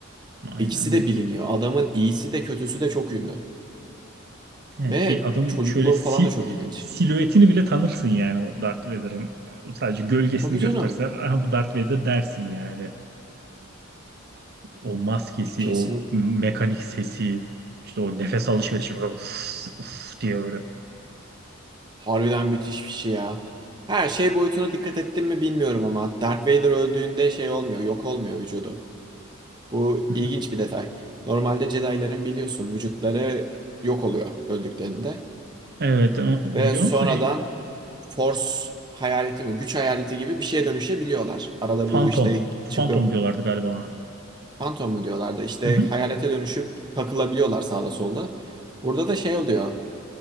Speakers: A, on the right; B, on the right.
A: Aynen
B: İkisi
A: öyle.
B: de biliniyor. Adamın iyisi de kötüsü de çok ünlü.
A: Yani
B: Ve
A: ki adam
B: çocukluğu
A: şöyle si
B: falan da çok ilginç.
A: silüetini bile tanırsın yani o Darth Vader'ın. Sadece gölgesini
B: Tabii
A: gösterse
B: canım.
A: aha bu Darth Vader dersin yani. O maskesi,
B: Kesin
A: o mekanik sesi, işte o nefes alışverişi böyle uf, uf diye öyle.
B: Harbiden müthiş bir şey ya. Her şey boyutuna dikkat ettin mi bilmiyorum ama Darth Vader öldüğünde şey olmuyor, yok olmuyor vücudu. Bu
A: Hı hı.
B: ilginç bir detay. Normalde Jedi'ların biliyorsun vücutları yok oluyor öldüklerinde
A: Evet, o-
B: ve
A: biliyorum
B: sonradan
A: da
B: Force hayaleti mi, güç hayaleti gibi bir şeye dönüşebiliyorlar. Arada
A: Phantom.
B: bu işte
A: Phantom
B: çıkıp
A: diyorlardı galiba ona.
B: Phantom mu diyorlardı işte
A: Hı hı.
B: hayalete dönüşüp takılabiliyorlar sağda solda. Burada da şey oluyor.